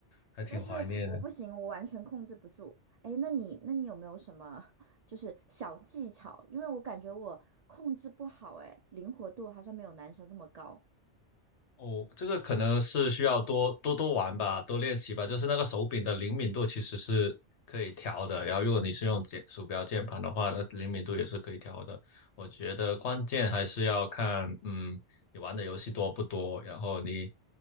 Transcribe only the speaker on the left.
还挺怀念的。
哦，这个可能是需要多多多玩吧，多练习吧。就是那个手柄的灵敏度其实是可以调的，然后如果你是用键鼠标键盘的话，那灵敏度也是可以调的。我觉得关键还是要看，嗯，你玩的游戏多不多，然后你，